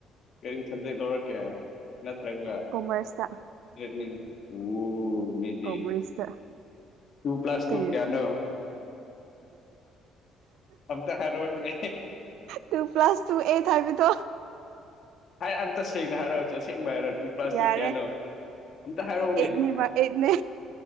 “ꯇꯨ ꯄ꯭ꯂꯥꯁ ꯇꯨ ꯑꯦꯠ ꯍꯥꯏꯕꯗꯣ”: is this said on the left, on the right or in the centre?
Right